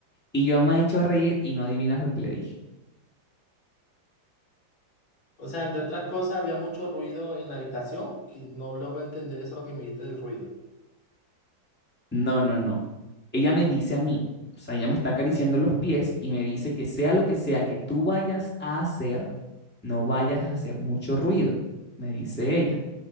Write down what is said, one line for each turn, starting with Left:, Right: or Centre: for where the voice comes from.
Centre: y yo me he hecho a reír y no adivinas lo que le dije.
Left: O sea, entre otras cosas, había mucho ruido en la habitación, que no logro entender eso lo que me dijiste del ruido.
Centre: No, no, no. Ella me dice a mí, o sea, ella me está acariciando los pies y me dice que sea lo que sea que tú vayas a hacer, no vayas a hacer mucho ruido, me dice ella.